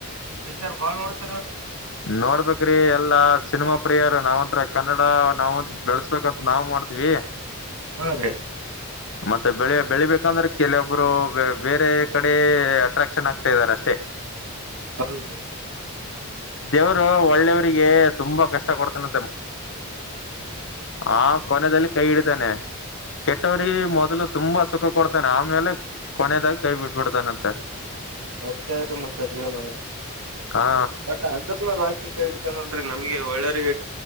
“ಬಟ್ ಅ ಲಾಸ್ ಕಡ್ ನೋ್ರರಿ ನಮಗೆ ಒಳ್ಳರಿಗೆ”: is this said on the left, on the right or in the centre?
Right